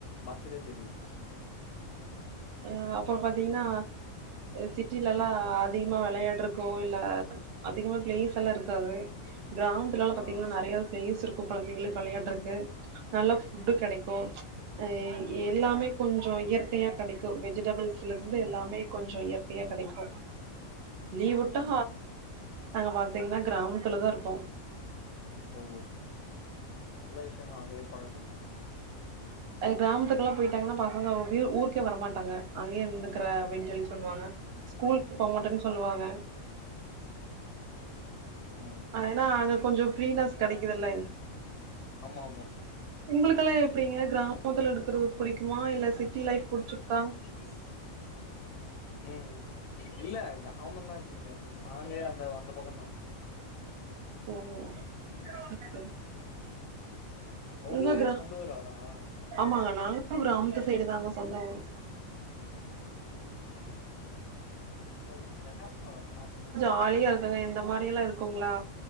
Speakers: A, on the left; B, on the right.
A: பாஷலே தெரிது
B: அ அப்பறொ பாத்தீங்ன்னா அ சிட்டிலலா
A: ம்
B: அதி குமா வெளையாட்றகோ இல்ல அதிகுமா பிளேஸல்லா இருக்காது கிராம் திலால பாத்தீங்ன்னா
A: ஆ
B: நறையா பிளேஸ் இருக்கு கொழந்தைங்ளுக் விளையாட்றக்கு நல்ல
A: ம்
B: ஃபுட்டு கெடைக்கு எ எல்லாமே கொஞ்சோ இயற்கையா கெடை வெஜிடபுள்ஸ்ல இருந்து
A: ம்
B: எல்லாமே கொஞ்சோ இயற்கையா கெடைக்கு லீவுட்டா
A: ம் ஆ
B: நாங்க பாத்தீங்ன்னா கிராமத்துலதா இருப்போ
A: ஓ நல்ல விஷ்யமா அதைய பழக்குறது
B: அது கிராமத்துக்குலா போய்ட்டாங்கனா பசங்க அப்டியே ஊர்க்கே வரமாட்டாங்க அங்யே இருந்துக்கிற அப்டின் சொல்லி சொல்வாங்க
A: ஏசி
B: போ மாட்டேன் சொல்லுவாங்க
A: ம்
B: ஏன்னா அங்க கொஞ்சோ ஃப்ரீனஸ் கடைக்குதல்ல
A: ஆமா ஆமா
B: உங்களுக்கெல்லா எப்படிங்க கிராமத்துல இருக்கறது புடிக்குமா இல்ல சிட்டி லைஃப் புடிச்சிருக்கா
A: <inaudible> ம் இல்ல கிராமம்தா எப்பயுமே நாங்கயே அந்த அந்த பக்கம்தா
B: ஓ சரி சரி
A: உங்களுக்கே
B: உங்க கிரா
A: சொந்த ஊரு அதானா
B: ஆமாங்க நாங்க கிராமத்து சைடு தாங்க சொந்த ஊரு
A: ஆ சரி தசா ப்ரோ காசு
B: காலியா இருக்குங்க இந்த மாரில்லா இருக்குங்களா